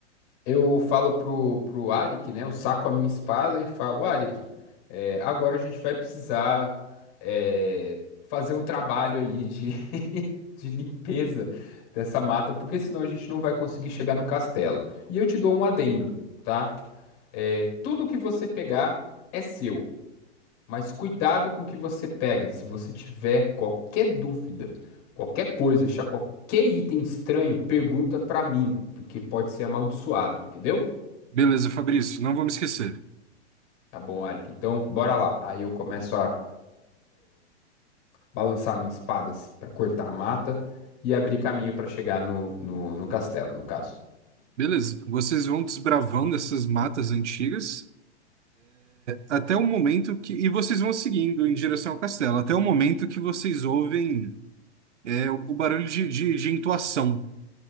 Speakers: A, on the left (about 40°); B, on the right (about 85°).
A: Eu falo pro, pro Arik, né? Eu saco a minha espada e falo, Arik, é, agora a gente vai precisar é, fazer um trabalho aí de, <laughs> de limpeza dessa mata, porque senão a gente não vai conseguir chegar no castelo. E eu te dou um adendo, tá? É, tudo que você pegar é seu, mas cuidado com o que você pega. Se você tiver qualquer dúvida, qualquer coisa, achar qualquer item estranho, pergunta pra mim, porque pode ser amaldiçoado, entendeu?
B: Beleza, Fabrício, não vou me esquecer.
A: Tá bom, Eric. Então, bora lá. Aí eu começo a balançar minha espada assim, para cortar a mata e abrir caminho para chegar no, no, no castelo, no caso.
B: Beleza, vocês vão desbravando essas matas antigas. Até o momento que. E vocês vão seguindo em direção ao castelo, até o momento que vocês ouvem é, o o barulho de, de, de entoação.